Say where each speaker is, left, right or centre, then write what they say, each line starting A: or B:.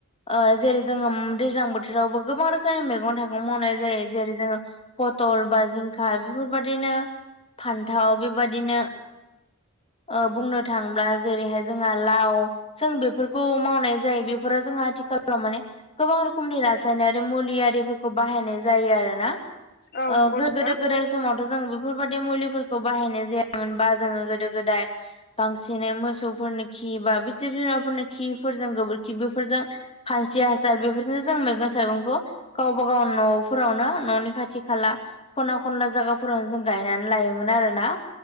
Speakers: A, on the left (about 30°); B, on the left (about 50°).
A: ओ जेरै जोङो दैज्लां बोथोरावबो गोबां रोखोमनि मैगं थाइगं मावनाय जायो। जेरै जोङो पटल बा जिं खा बेफोरबायाददिनो फान्थाव बेबादिनो ओ बुंनो थाङोब्ला जेरैहाय जोंहा लाव जों बेफोरखौ मावनाय जायो बेफोरो जोंहा आथिखालाव माने गोबां रोखोमनि रासायनारि मुलियाफोरखौ बाहायनाय जायो आरोना।
B: औ
A: ओ
B: नंगौ
A: गोदो
B: नोंथां
A: गो दाय समावथ' जों बेफोरबायाददि मुलिफोरखौ बाहायनाय जायामोनबा जोङो गोदो गोदाय बांसिनै मोसौफोरनि खि बा बि जिब जुनारफोरनि खिफोरजों गोबोरखि बेफोरजों खानस्रि हासार बेफोरजोंनो जों मैगं थाइगंखौ गावबा गाव न'फोरावनो न'नि खाथि खाला खना खनला जायगाफोरावनो जों गायनानै लायोमोन आरोना।